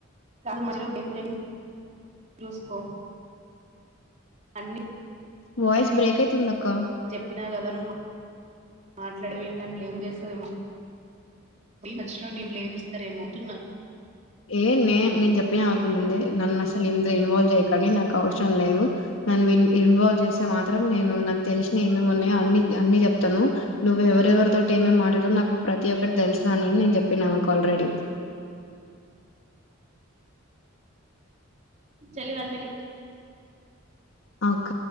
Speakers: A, on the right; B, on the left.
A: క మ బెజూస్కో అన్నిీ
B: వాయిస్ బ్రేక్ అయితుంది అక్క
A: చెప్పినా కదా నువవు మాట్లాడ ఏంట అని బ్లేమ్ చేస్తదేమో మధ్యలో న బ్లేమ్ ఇస్తార ఏమోతుున్నా
B: ఏ నే నేను చెప్పిన ఆక ముందే నన్ను అసలు ఇంటి ఇన్వల్యి చేయుకు కానీ నాకు అవసరం లేదు నున్ ఇన్వాల్వ్ చేస్తే మాత్రం నేను నాకు తెలిసిన ఏమేమి ఉన్నాయో అన్ని అన్ని చెప్తాను నువ్వువెవ తో ఏేమి మాడలేాలరు నాకు ప్రతి ఒక్కటి తెలుసు రాని అని నేను చెప్పిన మాకు ఆల్రెడీ
A: చెల్లి వన్ మనిట్
B: ఆ అక్క